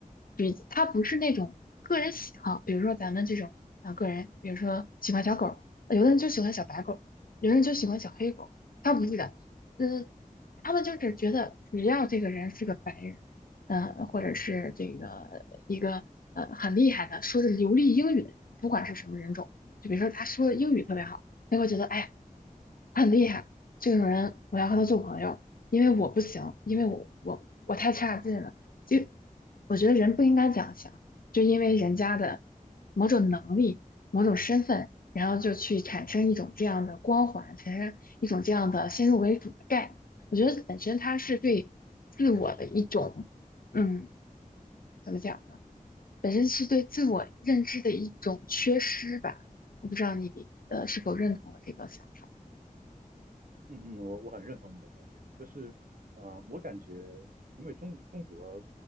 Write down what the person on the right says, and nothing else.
嗯嗯，我我很认同你的观点，就是，呃，我感觉，因为中中国